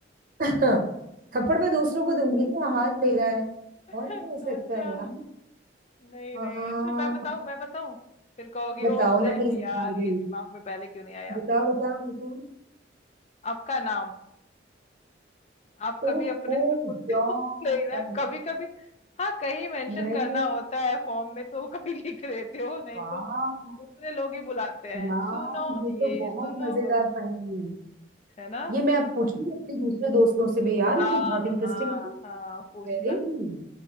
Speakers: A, on the right; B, on the left.
A: <laughs> थप्पड़ मैं दूसरों को दूंगी ना हाथ मेरा है
B: अच्छा
A: और क्या हो सकता है यार
B: नहीं
A: आ,
B: नहीं अच्छा मैं बताऊं मैं बताऊं फिर कहोगी
A: बताओ
B: ओ शेट
A: ना प्लीज
B: यार
A: हार
B: ये
A: गई
B: दिमाग में पहले क्यों नहीं आया
A: बताओ बताओ बताओ
B: आपका नाम आप कभी
A: ओहो
B: अपने से बोलते
A: यार
B: हो <laughs> नहीं ना कभी कभी हाँ कहीं मेंशन
A: नहीं
B: करना होता है फॉर्म में तो कभी लिख लेते हो नहीं
A: वाह
B: तो दूसरे लोग ही बुलाते हैं
A: यार
B: सुनो
A: ये
B: ये
A: तो बहुत
B: सुनो
A: मजेदार
B: वो
A: पहेली है
B: है ना
A: ये मैं अब पूछूंगी अपने दूसरे दोस्तों से भी यार
B: हाँ
A: ये तो बहुत इंटरेस्टिंग
B: हाँ हाँ पूछना
A: Very good